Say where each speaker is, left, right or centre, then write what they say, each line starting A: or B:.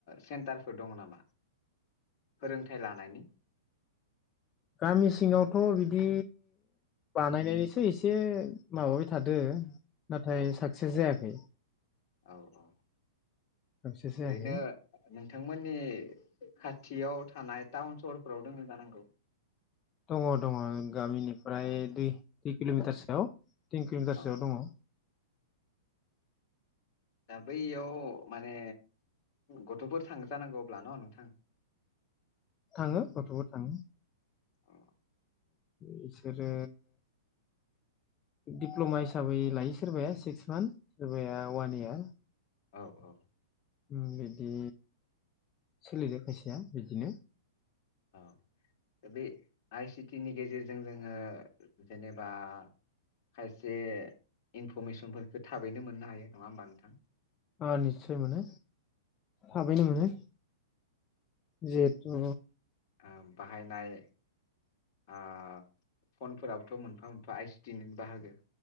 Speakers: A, on the left; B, on the left.
A: सेन्टारफोर दङ नामा फोरोंथाय लानायनि?
B: गामि सिङावथ' बिदि बानायनायनिसो एसे माबाबाय थादों नाथाय
A: औ
B: साक्सेस जायाखै।
A: औ औ
B: साक्सेस जायाखै
A: ओरैनो नोंथांमोननि खाथियाव थानाय टाउन सहरफोराव दङ जानांगौ
B: दङ दङ। गामिनिफ्राय
A: औ
B: दि कि किल'मिटारसोआव थिन किल'मिटारसोआव
A: औ
B: दङ
A: दा बैयाव माने गथ'फोर थांजानांगौ अब्ला न' नोंथां?
B: थाङो गथ'फोर थाङो।
A: अ
B: बिसोरो दिप्ल'मा हिसाबै लायो सोरबाया सिक्स मान सोरबाया हौवानिया
A: औ औ।
B: ओम बिदि सोलिदो फैसाया बिदिनो
A: औ दा बे आइ सिटि नि गेजेरजों जोङो जेनेबा खायसे इनफरमेसनफोरखौ थाबैनो मोननो हायो नङा होमबा नोंथां?
B: अ निस्सय मोनो। थाबैनो
A: औ
B: मोनो जिहेथु
A: आ बाहायनाय आ फनफोराबोथ' मोनफा मोनफा आइ सि दिनैनो बाहागो।